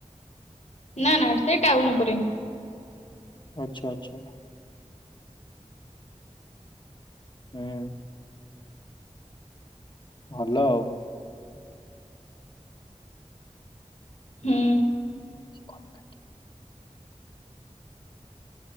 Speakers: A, on the left; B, on the left.
A: ନାଁ ନାଁ ସେଇ ଟାଉନ ଉପରେ ହିଁ।
B: ଆଚ୍ଛା ଆଚ୍ଛା। ହୁଁ। ଭଲ ଆଉ।
A: ହୁଁ।
B: <unintelligible>